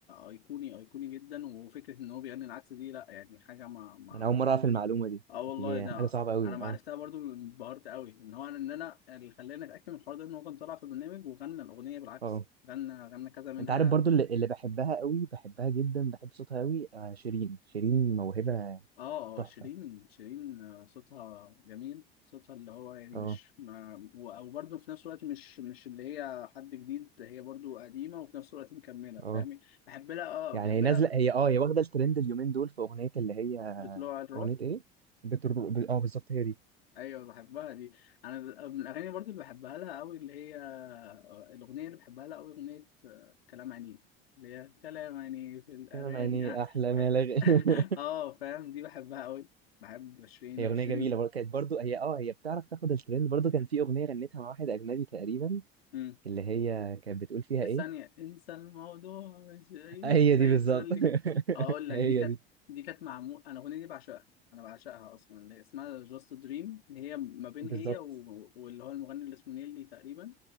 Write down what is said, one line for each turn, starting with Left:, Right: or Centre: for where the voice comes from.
Left: ايقوني ايقوني جدا وفكره ان هو بيغني العكس دي لا يعني حاجه ما ما
Right: انا اول مره اعرف المعلومه دي
Left: اه والله
Right: دي
Left: ده
Right: حاجه صعبه قوي
Left: انا ما
Right: اه
Left: عرفتها برضو انبهرت قوي ان هو ان انا اللي خلاني اتاكد من الحوار ده ان هو كان طالع في برنامج وغنى الاغنيه بالعكس
Right: اه
Left: غنى غنى كذا منها
Right: انت عارف برضو اللي, اللي بحبها قوي بحبها جدا بحب صوتها قوي آه شيرين شيرين موهبة
Left: اه
Right: تحفة
Left: آه، شيرين شيرين آه، صوتها جميل صوتها اللي هو يعني
Right: اه
Left: مش ما و- او برضو في نفس الوقت مش مش اللي هي حد جديد هي برضو قديمه وفي نفس الوقت مكمله فاهمي
Right: اه
Left: بحب لها اه
Right: يعني
Left: بحب
Right: هي نازلة
Left: لها
Right: هي اه هي واخدة الترند اليومين دول في أغنية اللي هي
Left: بطلوع الروح
Right: أغنية ايه؟ بتر... ب- اه بالظبط هي دي
Left: ايوه بحبها دي انا ب- من الاغاني برضو اللي بحبها لها قوي اللي هي آه، الاغنيه اللي بحبها لها قوي اغنيه آه، كلام عينيك اللي هي كلام عينيك في الاغاني
Right: كلام يعني
Left: اه
Right: أحلى ما لغ...
Left: <laughs>
Right: <laughs>
Left: آه، فاهم دي بحبها قوي بحب شيرين
Right: هي
Left: وشيرين
Right: أغنية جميلة برضو كانت برضو هي اه هي بتعرف تاخد الترند برضو كان في أغنية غنتها مع واحد أجنبي تقريبا
Left: امم
Right: اللي هي كانت بتقول فيها
Left: الثانيه
Right: ايه؟
Left: انسى الموضوع مش هي
Right: آه، هي دي
Left: هي
Right: بالظبط
Left: تقول لي ك...
Right: <laughs>
Left: هقول لك
Right: هي
Left: دي كانت
Right: دي
Left: دي كانت معمول انا الاغنيه دي بعشقها انا بعشقها اصلا اللي هي اسمها جاست دريم هي ما بين
Right: بالظبط
Left: هي و... واللي هو المغني اللي اسمه نيلي تقريبا